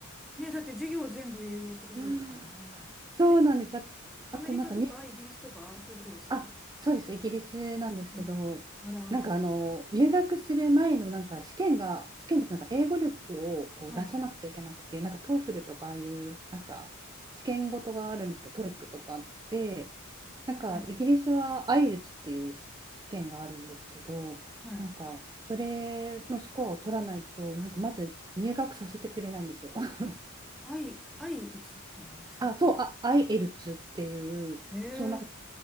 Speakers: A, in the centre; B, on the right.
A: ね、だって授業全部英語ってことですよね。
B: <laughs> そうなんです。
A: あれ、
B: ああと、
A: アメリカとかイギリスとかそういうとこですか
B: なんかあ、そうです。イギリスなんですけど、
A: あ、あらあら。
B: なんかあの、入学する前のなんか試験が、試験でなんか英語力をこう出さなくちゃいけなくて、
A: はい。
B: なんか TOEFL とかああいうなんか試験ごとがあるんですけど、TOEIC とかで、なんかイギリスはアイルツっていうし試験があるんですけど、
A: はい。はい。
B: なんかそれのスコアを取らないと、なんかまず入学させてくれないんですよ。<laughs>
A: 相、相打つって今言いました
B: あ、そう、あ、アイエルツっていう、
A: ええ
B: そう、なんか、